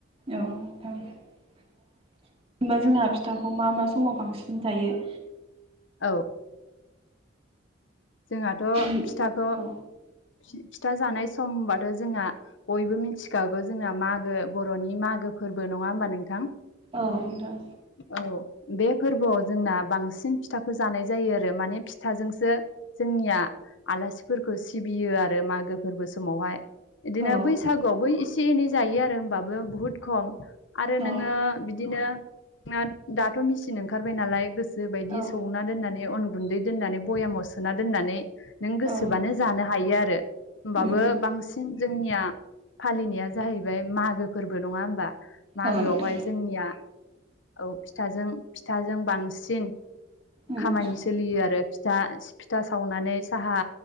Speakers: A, on the right; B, on the left.
A: औ नोंथां होनबा जोंना फिथाखौ मा मा समाव बांसिन जायो
B: औ जोंहाथ'
A: उम
B: फिथाखौ
A: औ
B: फिथा जानाय समबाथ' जोंहा बयबो मिथिखागौ जोंना मागो बर'नि मागो फोरबो नङा होमबा नोंथां
A: औ नोंथां
B: औ बे फोरबोआव जोंना बांसिन फिथाखौ जानाय जायो आरो माने फिथाजोंसो जोंनिया आलासिफोरखौ सिबियो आरो मागो फोरबो समावहाय बिदिनो
A: औ
B: बैसागुआवबो एसे- एनै जायो आरो होमबाबो बुहुद खम आरो नोङो
A: औ
B: बिदिनो दाथ' मिचिन ओंखारबाय नालाय गोसो बायदि
A: औ
B: सौना दोननानै अन गुन्दै दोननानै बयामाव सोना दोननानै नों गोसोबानो
A: औ
B: जानो हायो आरो होमबाबो
A: उम उम
B: बांसिन जोंनिया फालिनाया जाहैबाय मागो फोरबो नङा होमबा मागोआवहाय
A: औ नोंथां
B: जोंनिया औ फिथाजों फिथाजों बांसिन
A: उम
B: खामानि सोलियो आरो दा फिथा सावनानै साहा